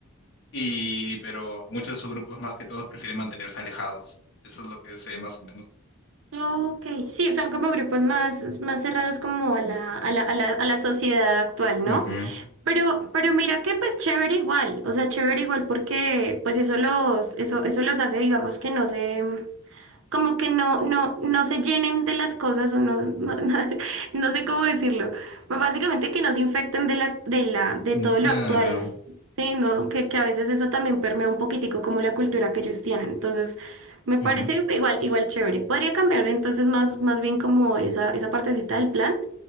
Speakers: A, on the left; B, on the right.
A: Y, pero muchos de esos grupos, más que todos, prefieren mantenerse alejados. Eso es lo que sé más o menos.
B: Ok, sí, son como grupos más, más cerrados como a la, a la, a la, a la sociedad actual, ¿no?
A: Ujú.
B: Pero, pero mira que pues chévere igual, o sea, chévere igual porque pues eso los, eso, eso los hace, digamos que no se, como que no, no, no se llenen de las cosas o no, no, <laughs> no, no sé cómo decirlo, pues básicamente que no se infecten de la, de la, de
A: Mm,
B: todo
A: Claro.
B: lo actual, sí, no, que, que a veces eso también permea un poquitico como la cultura que ellos tienen, entonces me parece
A: Ujú.
B: igual, igual chévere. Podría cambiar entonces más, más bien como esa, esa partecita del plan